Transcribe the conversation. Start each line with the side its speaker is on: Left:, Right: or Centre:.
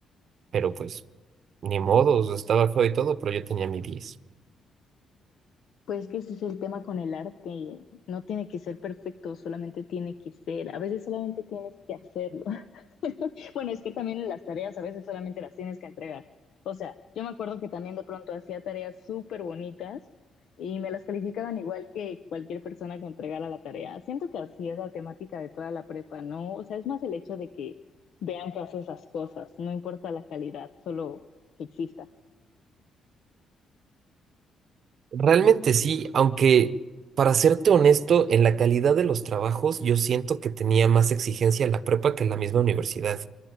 Right: pero pues ni modo, estaba feo y todo, pero yo tenía mi 10.
Left: Pues que ese es el tema con el arte, no tiene que ser perfecto, solamente tiene que ser, a veces solamente tienes que hacerlo. <laughs> Bueno, es que también las tareas a veces solamente las tienes que entregar. O sea, yo me acuerdo que también de pronto hacía tareas súper bonitas y me las calificaban igual que cualquier persona que entregara la tarea. Siento que así es la temática de toda la prepa, ¿no? O sea, es más el hecho de que vean que haces las cosas, no importa la calidad, solo que exista.
Right: Realmente sí, aunque para serte honesto, en la calidad de los trabajos yo siento que tenía más exigencia la prepa que la misma universidad.